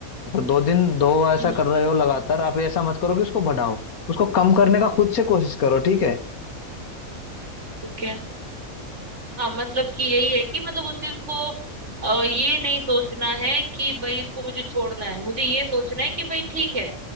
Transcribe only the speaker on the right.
हम्म
हम्म,
ठीक है हाँ मतलब कि यही है कि मतलब उस चीज को अ, ये नहीं सोचना है कि भाई इसको मुझे छोड़ना है मुझे ये सोचना है कि भाई ठीक है